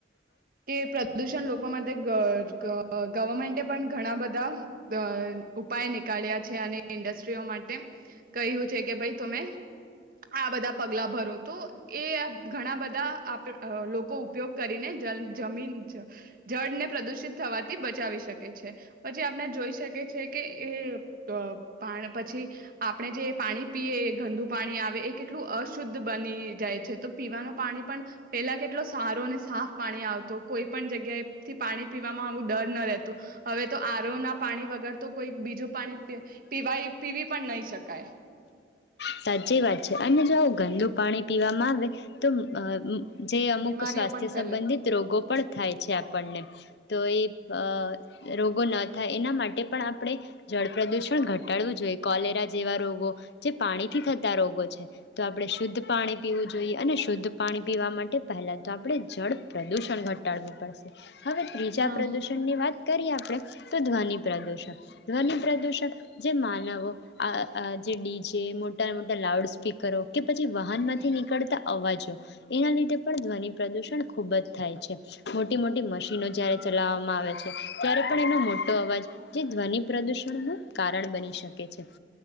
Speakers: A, on the right; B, on the left.
A: કે પ્રદૂષણ લોકો માટે ગવર્મેન્ટે પણ ઘણા બધા ઉપાય નીકળ્યા છે અને ઇન્ડસ્ટ્રીઓ માટે, કહ્યું છે કે ભાઈ તમે આ બધા પગલા ભરો. તો એ ઘણા બધા આપ અ લોકો ઉપયોગ કરીને જ જમીન, જળને પ્રદૂષિત થવાથી બચાવી શકે છે, પછી આપણે જોઈ શકીએ છે કે એ પછી, આપણે જે પાણી પીએ ગંદુ પાણી આવે એ કેટલું અશુદ્ધ બની જાય છે તો પીવાનું પાણી પણ પેલા કેટલો સારો અને સાફ પાણી આવતું, કોઈ પણ જગ્યાએથી પાણી પીવામાં આવું ડર ન રહેતું. હવે તો આર ઓ ના પાણી વગર તો કોઈ બીજું પાણી પી પીવાય પીવી પણ નહીં શકાય.
B: સાચી વાત છે અને જો આવું ગંદુ પાણી પીવામાં આવે, તો અ જે અમુક
A: બીમારીઓ
B: સ્વાસ્થ્ય
A: પણ ફેલે
B: સંબંધિત રોગો પણ થાય છે આપણને. તો એ અ રોગો ન થાય એના માટે પણ આપણે જળ પ્રદૂષણ ઘટાડવું જોઈએ. કોલેરા જેવા રોગો જે પાણીથી થતા રોગો છે. તો આપણે શુદ્ધ પાણી પીવું જોઈએ, અને શુદ્ધ પાણી પીવા માટે પહેલા તો આપણે જળ પ્રદૂષણ ઘટાડવું પડશે. હવે ત્રીજા
A: હા
B: પ્રદુષણ ની વાત કરીએ આપણે તો ધ્વનિ પ્રદૂષણ. ધ્વનિ પ્રદૂષણ, જે માનવો, આ જે ડીજે મોટાના મોટા લાઉડ સ્પીકરો, કે પછી વાહનમાંથી નીકળતા અવાજો, એના લીધે પણ ધ્વનિ પ્રદૂષણ ખૂબ જ થાય છે. મોટી મોટી મશીનો જ્યારે ચલાવવામાં આવે છે, ત્યારે પણ એનો મોટો અવાજ, જે ધ્વનિ પ્રદૂષણનું કારણ બની શકે છે.